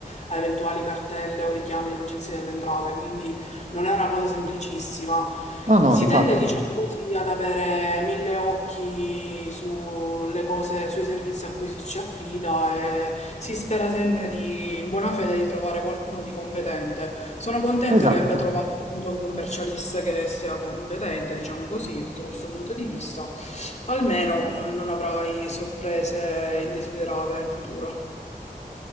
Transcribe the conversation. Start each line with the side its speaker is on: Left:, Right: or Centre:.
Left: a eventuali cartelle o richiami dell'Agenzia delle Entrate, quindi non è una cosa semplicissima.
Right: No, no,
Left: Si
Right: di fatti.
Left: tende, diciamo così, ad avere mille occhi sulle cose, sui servizi a cui si ci affida e si spera sempre di, in buona fede di trovare qualcuno di competente. Sono contenta
Right: Esatto.
Left: che abbia trovato appunto un commercialista che sia competente, diciamo così, sotto questo punto di vista. Almeno eh, non avrai sorprese indesiderate in futuro.